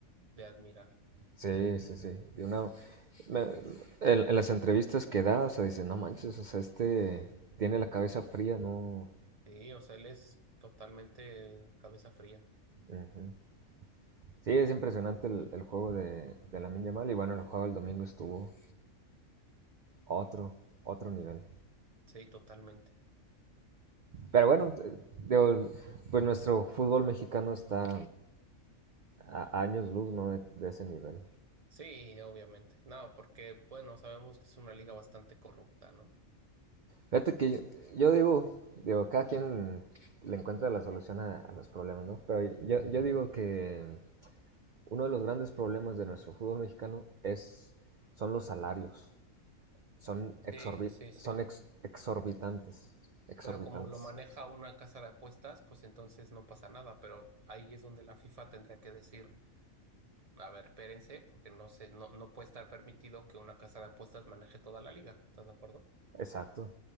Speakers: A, on the right (about 30°); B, on the right (about 50°).
A: de admirar.
B: Sí, sí, sí. Y una, me- en, en las entrevistas que da, o sea, dice, no manches, o sea, este tiene la cabeza fría, no.
A: Sí, o sea, él es totalmente cabeza fría.
B: Ujú. Sí, es impresionante el, el juego de, de Lamine Yamal y bueno, el juego del domingo estuvo a otro, otro nivel.
A: Sí, totalmente.
B: Pero bueno, eh, digo, pues nuestro fútbol mexicano está a, a años luz, ¿no? De, de ese nivel.
A: Sí, obviamente. No, porque, bueno, sabemos que es una liga bastante corrupta, ¿no?
B: Fíjate que yo, yo digo, digo, cada quien le encuentra la solución a, a los problemas, ¿no? Pero yo, yo digo que Uno de los grandes problemas de nuestro fútbol mexicano es, son los salarios. Son, exorbi-
A: Sí, sí, sí.
B: son ex- exorbitantes. Exorbitantes.
A: Pero como lo maneja una casa de apuestas, pues entonces no pasa nada. Pero ahí es donde la FIFA tendría que decir, a ver, espérense, porque no se, no, no puede estar permitido que una casa de apuestas maneje toda la liga. ¿Estás de acuerdo?
B: Exacto.